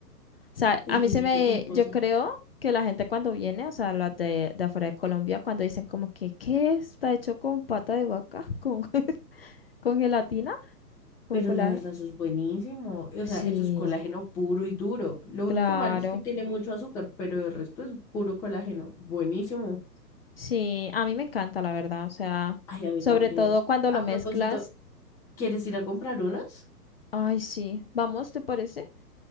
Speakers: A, on the left (about 35°); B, in the centre.
A: O sea,
B: es
A: a mí
B: muy
A: se
B: rico,
A: me,
B: culposo.
A: yo creo que la gente cuando viene, o sea, las de, de afuera de Colombia, cuando dicen como que, ¿qué? Está hecho con pata de vaca, con, <laughs> con gelatina, con
B: Pero
A: colágeno.
B: la verdad, eso es buenísimo. O
A: Sí,
B: sea, eso es colágeno puro y duro. Lo
A: claro.
B: único malo es que tiene mucho azúcar, pero el resto es puro colágeno. Buenísimo.
A: Sí, a mí me encanta, la verdad. O sea,
B: Ay, a mí
A: sobre
B: también.
A: todo cuando
B: A
A: lo mezclas.
B: propósito, ¿quieres ir a comprar unas?
A: Ay, sí. Vamos, ¿te parece?